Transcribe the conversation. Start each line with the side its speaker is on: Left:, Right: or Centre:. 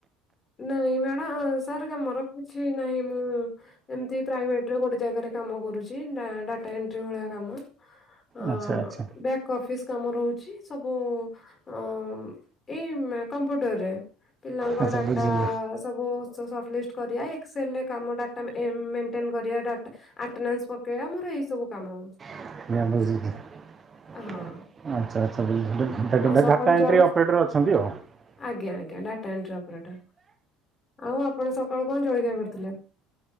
Left: ନାଇଁ ନାଇ ଆ ଆଁ ସାର୍ କାମର କିଛି ନାହିଁ ମୁଁ ଏମତି ପ୍ରାଇଭେଟରେ ଗୋଟେ ଜାଗାରେ କାମ କରୁଚି। ଆଁ ଡାଟା ଏଣ୍ଟ୍ରି ଭଳିଆ କାମ ଅ
Right: ଆଚ୍ଛା ଆଚ୍ଛା
Left: ବ୍ୟାକ୍ ଅଫିସ କାମ ରହୁଚି ସବୁ ଅ ଏଇ କମ୍ପ୍ୟୁଟରରେ। ପିଲାଙ୍କ
Right: ଆଚ୍ଛା
Left: ଡାଟା
Right: ବୁଝିଲି
Left: ସବୁ ସ ସଲିଷ୍ଟ କରିବା ଏକ୍ସେଲରେ କାମ ଡାଟା ଏମ ଆଟେଣ୍ଟ କରିବା ଡାଟା ଆଟନାସ ପକେଇବା ମୋର ଏଇ ସବୁ କାମ।
Right: <unintelligible> ଆଛା ଆଛା
Left: ହଁ
Right: ଡାଟା ଏଣ୍ଟ୍ରି ଅପରେଟର
Left: ଆଉ ସକାଳୁ ଜଳ
Right: ଅଛନ୍ତି ଆଉ।
Left: ଆଜ୍ଞା ଆଜ୍ଞା ଡାଟା ଏଣ୍ଟ୍ରି ଅପରେଟର। ଆଉ ଆପଣ ସକାଳୁ କଣ ଜଳଖିଆ କରିଥିଲେ?